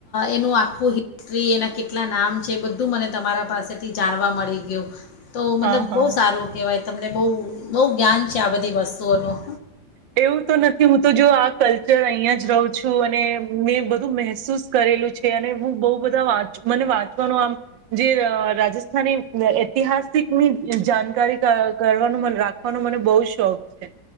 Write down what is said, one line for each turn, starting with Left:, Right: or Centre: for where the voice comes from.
Left: એનું આખું હિસ્ટ્રી એના કેટલા નામ છે બધું મને તમારા પાસેથી જાણવા મળી ગયું. તો મતલબ
Right: હા હા
Left: બહુ સારું કેવાય તમને બહુ બહુ જ્ઞાન છે આ બધી વસ્તુઓનું
Right: એવું તો નથી હું તો જો આ કલ્ચર અહિયાં જ રહું છું અને મે બધું મહેસૂસ કરેલું છે. તે અને હું બહુ બધા વાત મને વાંચવાનો આમ જે અ રાજસ્થાની ઐતિહાસિકની જાણકારી કર કરવાનું મને રાખવાનો મને બહુ શોખ છે.